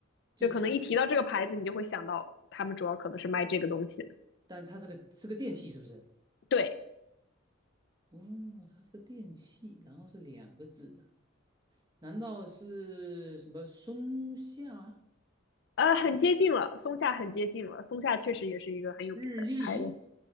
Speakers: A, on the left; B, on the right.
A: 就可能一提到这个牌子，
B: 就是它，
A: 你就会想到他们主要可能是卖这个东西的。
B: 但它是个是个电器，是不是？
A: 对，
B: 哦，它是个电器，然后是两个字的。难道是什么松下、
A: 呃，很接近了，松下很接近了，松下确实也是一个很有名的牌子，
B: 日立、